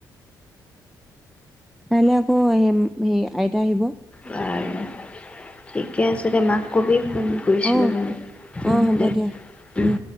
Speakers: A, in the centre; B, on the left (about 15°).
A: কাইলৈ আকৌ সেই আইতা আহিব
B: বাৰু ঠিকে আছিল দে মাক কবি ফোন কৰিছিলোঁ
A: অ
B: মানে
A: অ হ'ব
B: দে
A: দিয়া উম